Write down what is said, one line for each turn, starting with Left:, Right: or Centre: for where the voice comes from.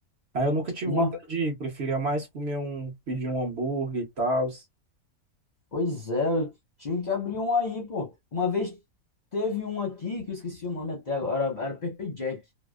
Right: Aí eu nunca tive
Left: Uma
Right: vontade de ir, preferia mais comer um, pedir um hambúrguer e tal.
Left: Pois é, eu tinha que abrir um aí, pô. Uma vez teve um aqui que eu esqueci o nome até agora, era Pepper Jack.